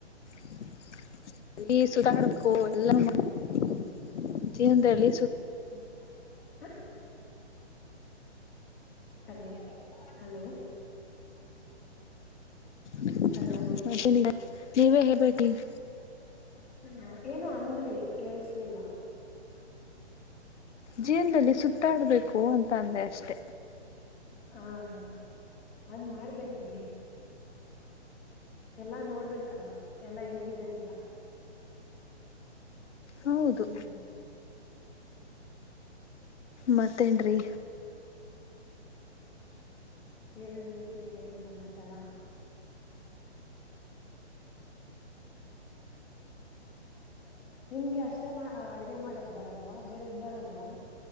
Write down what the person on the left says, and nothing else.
<inaudible> ಸುತ್ತಾಡ್ಬೇಕು
ಎಲ್ಲ <unintelligible>
ಜೀವನದಲ್ಲಿ ಸು
ಮತ್ತೆ
ಇ <unintelligible> ನೀವೇ ಹೇಬೇಕಿ <inaudible>
ಜೀವನದಲ್ಲಿ ಸುತ್ತಾಡ್ಬೇಕು ಅಂತ ಅಂದೆ ಅಷ್ಟೆ.
ಹೌದು
ಮತ್ತೆನ್ರೀ